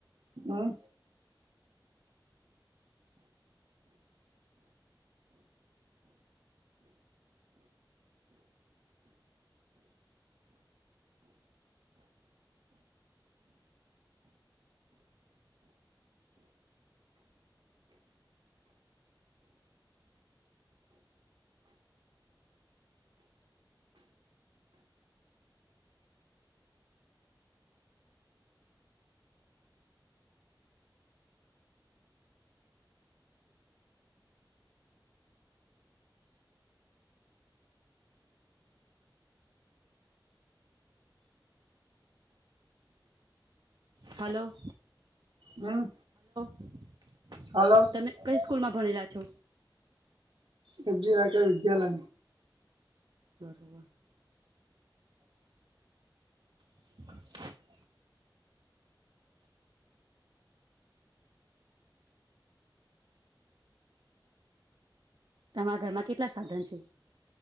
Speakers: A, on the right (about 80°); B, on the right (about 65°).
A: હમ
B: હલો
A: હમ
B: હ <inaudible>
A: હાલો
B: તમે કઈ સ્કૂલ માં ભણીલા છો
A: હજી રાખ વિદ્યલય
B: બરવા <inaudible> <inaudible> <inaudible> તમારા ઘરમાં કેટલા સાધન છે